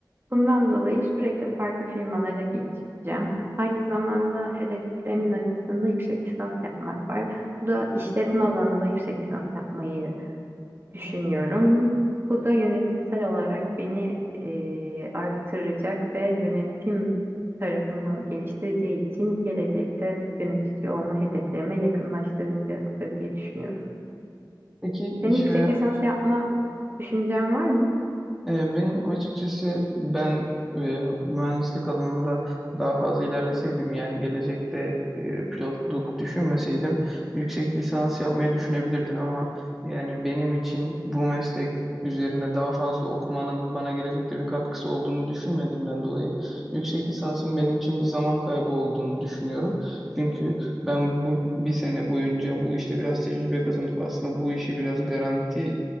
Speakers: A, on the right; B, in the centre.
A: Bundan dolayı sürekli farklı firmalara geçeceğim. Aynı zamanda hedeflerimin arasında yüksek lisans yapmak var. Bu da işletme alanında yüksek lisans yapmayı düşünüyorum. Bu da yönetimsel olarak beni eee, arttıracak ve yönetim tarafımı geliştireceği için gelecekte yönetici olma hedeflerime yakınlaştıracaktır diye düşünüyorum.
B: Peki iş,
A: Senin yüksek
B: haya-
A: lisans yapma düşüncen var mı?
B: Ee, Benim açıkçası ben e, mühendislik alanında daha fazla ilerleseydim yani gelecekte e, pilotluk düşünmeseydim yüksek lisans yapmayı düşünebilirdim ama yani benim için bu meslek üzerine daha fazla okumanın bana gelecekte bir katkısı olduğunu düşünmediğimden dolayı yüksek lisansın benim için bir zaman kaybı olduğunu düşünüyorum. Çünkü ben bu bir sene boyunca bu işte biraz tecrübe kazanıp aslında bu işi biraz garanti